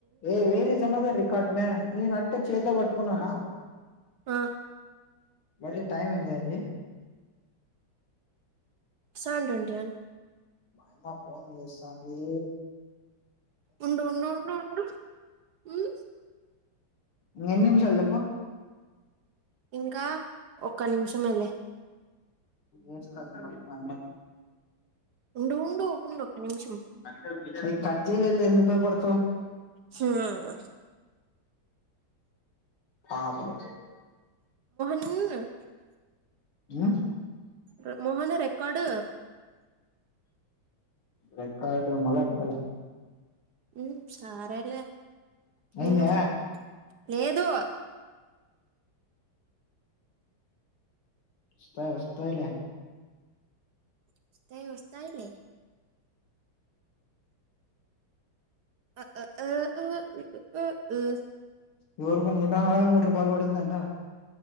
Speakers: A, on the left; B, on the right.
A: ఏ వేరిజ్ అనదర్ రికార్డ్మే నేన్ అట్టే చేత్లో బట్టుకున్ననా
B: ఆ
A: బడ్డీ టైం ఎంత అయింది.
B: సెవన్ ట్వంటీ యాన్
A: మాయమ్మ ఫోన్ జూస్తాంది.
B: ఉండు ఉండు ఉండు ఉండు మ్
A: ఇంగెన్ని నిమిషల్ జెప్పు
B: ఇంకా ఒక్క నిమిషమేలే
A: ఏస్ కాల్ <inaudible>
B: ఉండు ఉండు ఉండొక నిమిషం.
A: అయి కట్ జేయలేదులే ఎందుక్ బయపడ్తవ్
B: హ్మ్.
A: పాపం
B: మ్మ్
A: ఉమ్
B: రే మోహన రికార్డ్
A: రికార్డ్ మళ్ళొతది లే
B: మ్ సారేలే
A: అయిందా
B: ఉండు లేదు
A: వొస్తయ్ వొస్తయిలే
B: వొస్తయి వొస్తాయిలే ఆఆ ఆ ఉ ఉ ఉ ఉ
A: ఎవర్కున ముఠా పోయి మూడ్ రూపాల్ పడిందంట.